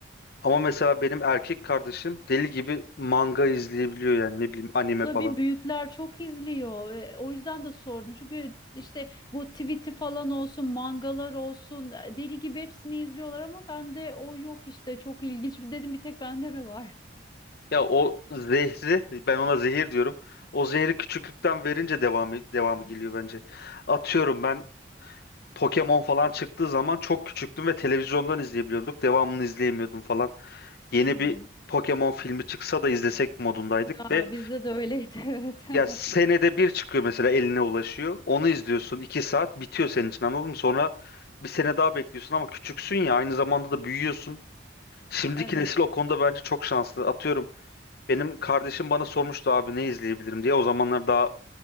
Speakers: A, on the left; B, on the left.
A: Ama mesela benim erkek kardeşim deli gibi manga izleyebiliyor yani ne bileyim anime
B: Tabii
A: falan.
B: büyükler çok izliyor. ve O yüzden de sordum. Çünkü işte bu tweet'i falan olsun, mangalar olsun, e, deli gibi hepsini izliyorlar ama bende o yok işte. Çok ilginç. Bir Dedim bir tek bende mi var?
A: Ya o zehri ben ona zehir diyorum. O zehri küçüklükten verince devamı devamı geliyor bence. Atıyorum ben Pokemon falan çıktığı zaman çok küçüktüm ve televizyondan izleyebiliyorduk. Devamını izleyemiyordum falan. Yeni
B: Hı hı.
A: bir Pokemon filmi çıksa da izlesek modundaydık
B: Aa,
A: ve
B: bizde de öyleydi <laughs> evet.
A: Ya senede
B: <laughs>
A: bir çıkıyor mesela eline ulaşıyor. Onu izliyorsun. iki saat bitiyor senin için anladın mı? Sonra bir sene daha bekliyorsun ama küçüksün ya aynı zamanda da büyüyorsun. Şimdiki
B: Evet.
A: nesil o konuda bence çok şanslı. Atıyorum benim kardeşim bana sormuştu abi ne izleyebilirim diye. O zamanlar daha